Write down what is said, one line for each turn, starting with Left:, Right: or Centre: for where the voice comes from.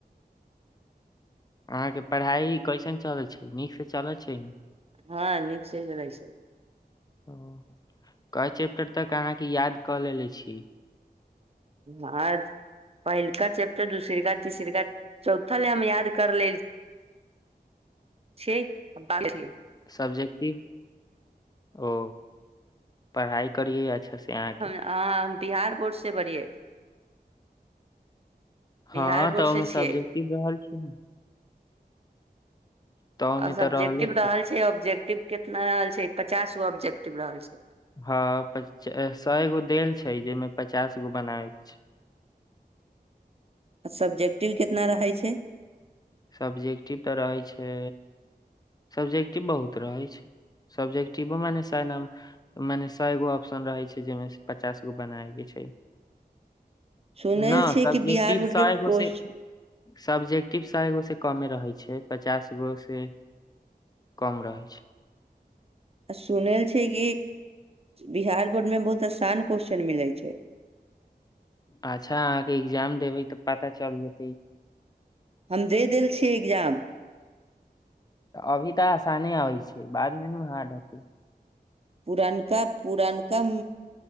Left: अहाँ के पढ़ाई कैसन चलैत छै नीक से चलैत छै ने
Right: हँ नीक से जनै छै
Left: ओ कहे छै तब तक अहाँ के याद कऽ लेेले छी
Right: हँ पहिलका चैप्टर दूसर का तीसर का चौथा ले हम याद कर लेल छे बालके
Left: सब्जेक्टिव ओ पढ़ाई करीयै अच्छा से अहाँ के
Right: हँ हँ हम बिहार बोर्ड से बरियै
Left: हँ
Right: बिहार बोर्ड
Left: तऽ
Right: से
Left: ओहिमे सबजेक्टिव
Right: छियै
Left: रहल छै तऽ ओहिमे
Right: सब्जेक्टिव
Left: तऽ रहले
Right: रहल छै ऑब्जेक्टिव कितना रहल छै पचास गो ऑब्जेक्टिव रहल छै
Left: हँ पच सएगो देल छै जेहिमे पचास गो बनाबे के छै
Right: सब्जेक्टिव कितना रहैय छै
Left: सब्जेक्टिव तऽ रहैय छै सब्जेक्टिव बहुत रहै छै सब्जेक्टिव माने सैय नम्बर मने सए एगो ऑप्शन रहे छै जेहिमे से पचास गो बनाबैय के छै
Right: सुनल
Left: ना
Right: छियै
Left: सब्जेक्टिव
Right: कि बिहार बोर्ड
Left: सै
Right: के
Left: गो
Right: कोश
Left: से सब्जेक्टिव सै गो से कमे रहै छै पचास गो से कम रहै छै
Right: आ सुनल छै कि बिहार बोर्ड में बहुत आसान क्वेश्चन मिलै छै
Left: अच्छा अहाँ के एग्जाम देबै तऽ पता चल जेतै
Right: हम दे देल छियै एग्जाम
Left: अभी तऽ आसाने अबै छै बाद मे नू हार्ड हतै
Right: पुरनका पुरनका